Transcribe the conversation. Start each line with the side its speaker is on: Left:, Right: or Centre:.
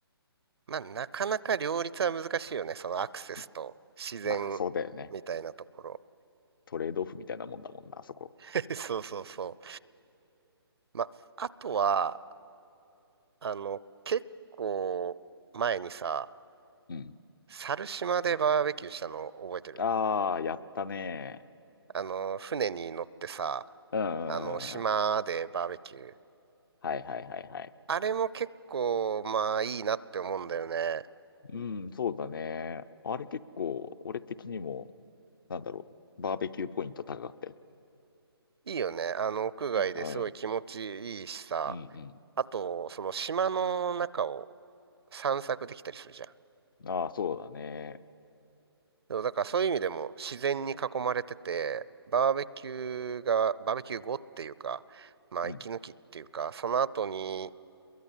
Right: まあ、なかなか両立は難しいよね。そのアクセスと自然みたいなところ。
Left: うんまあそうだよね。トレードオフみたいなもんだもんな、あそこ。
Right: <laughs> そうそうそう。まあ、あとは、あの、結構前にさ、
Left: うん。
Right: 猿島でバーベキューしたの覚えてる
Left: ああ、やったね。
Right: あの、船に乗ってさ、
Left: うんうんうんうん。
Right: あの、島でバーベキュー。
Left: はいはいはいはい。
Right: あれも結構、まあいいなって思うんだよね。
Left: うん、そうだね。あれ結構、俺的にも、なんだろう、バーベキューポイント高かったよ。
Right: いいよね。あの、屋外ですごい気持ちいいしさ。
Left: うん、うん、うん。
Right: あと、その島の中を散策できたりするじゃん。
Left: ああ、そうだね。
Right: でもだからそういう意味でも自然に囲まれてて、バーベキューが、バーベキュー後っていうか、まあ息抜きっていうか、
Left: うん。
Right: その後に、